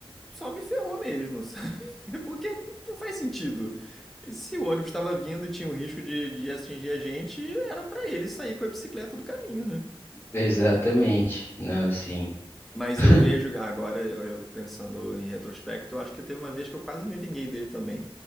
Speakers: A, in the centre; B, on the left.
A: só me ferrou mesmo, sabe? <laughs> Porque não faz sentido. E Se o ônibus estava vindo e tinha o risco de, de atingir a gente, era pra ele sair com a bicicleta do caminho, né?
B: Exatamente. Não, sim.
A: Mas
B: <laughs>
A: eu vejo agora, eu- eu pensando em retrospecto, acho que teve uma vez que eu quase me vinguei dele também,